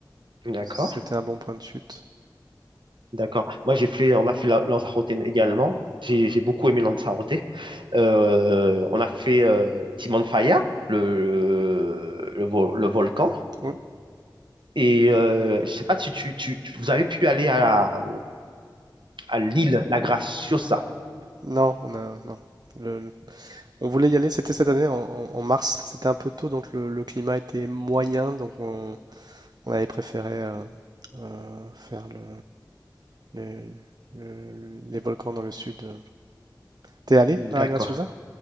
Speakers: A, on the right (about 80°); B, on the right (about 55°).
A: d'accord,
B: C'était un bon point de chute.
A: d'accord. Moi, j'ai fait, on a fait la- Lanzarote également. J'ai j'ai beaucoup aimé Lanzarote. Euh, on a fait euh, Timon Faya, le, le, vo- le volcan.
B: Oui.
A: Et euh, je sais pas si tu, tu, tu- vous avez pu aller à, à l'île La Graciosa.
B: Non, on a, non. Le, On voulait y aller, c'était cette année en, en- en mars, c'était un peu tôt, donc le, le climat était moyen, donc on, on avait préféré euh, euh, faire le- les, le- les volcans dans le sud. T'es allé
A: D'accord.
B: dans la Graciosa?